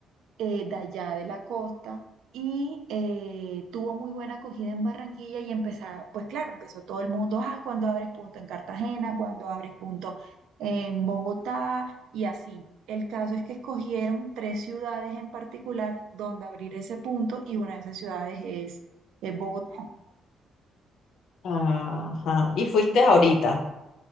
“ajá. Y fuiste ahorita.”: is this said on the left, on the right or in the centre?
Left